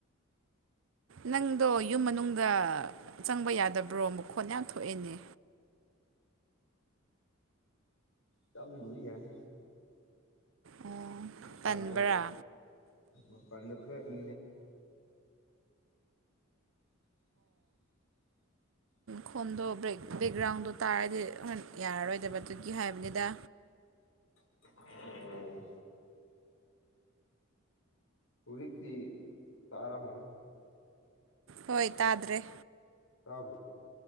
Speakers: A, on the right (about 65°); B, on the left (about 70°).
A: ꯅꯪꯗꯣ ꯌꯨꯝ ꯃꯅꯨꯡꯗ ꯆꯪꯕ ꯌꯥꯗꯕ꯭ꯔꯣ ꯃꯈꯨꯣꯠ ꯌꯥꯝ ꯊꯣꯛꯑꯦꯅꯦ
B: ꯆꯡꯕꯨꯗꯤ ꯌꯥꯏ
A: ꯑꯣ
B: ꯃꯄꯗ
A: ꯇꯟꯕ꯭ꯔꯥ
B: ꯃꯄꯗ ꯈ꯭ꯔ ꯏ <unintelligible>
A: ꯈꯣꯝꯗꯣ ꯕꯦꯛ ꯕꯦꯛꯒ꯭ꯔꯥꯎꯟꯗꯣ ꯇꯥꯔꯗꯤ ꯍ ꯌꯥꯔꯔꯣꯏꯗꯕ ꯑꯗꯨꯒꯤ ꯍꯥꯏꯕꯅꯤꯗ
B: <unintelligible> ꯑꯣ ꯍꯧꯖꯤꯛꯇꯤ ꯇꯥꯔꯃꯅ
A: ꯍꯣꯏ ꯇꯥꯗ꯭ꯔꯦ
B: ꯇꯥꯕꯣ